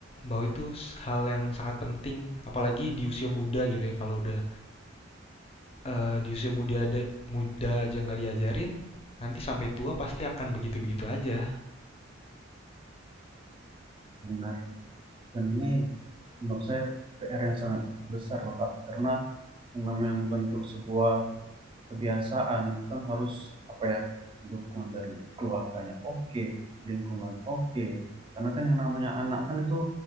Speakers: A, on the left; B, on the right.
A: bahwa itu hal yang sangat penting apalagi di usia muda gitu ya kalau udah, eee, di usia muda ada muda aja nggak diajarin nanti sampai tua pasti akan begitu-begitu aja.
B: benar. Dan ini menurut saya PR yang sangat besar loh Kak, karena yang namanya membentuk sebuah kebiasaan itu kan harus apa ya dukungan dari keluarganya oke, lingkungan oke. Karena kan yang namanya anak kan itu